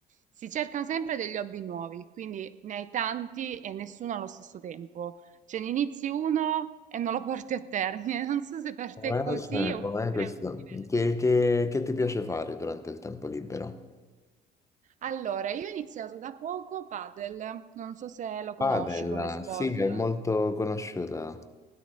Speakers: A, on the right; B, on the left.
A: si cercano sempre degli hobby nuovi, quindi ne hai tanti e nessuno allo stesso tempo. Cioè ne inizi uno e non lo porti a termine. <laughs> Non so se per
B: Com'è,
A: te è così
B: cioè,
A: oppure
B: com'è questo?
A: è un po' diverso.
B: Che, che- che ti piace fare durante il tempo libero?
A: Allora, io ho iniziato da poco padel, non so se lo conosci
B: Padel,
A: come sport.
B: sì, è molto conosciuta.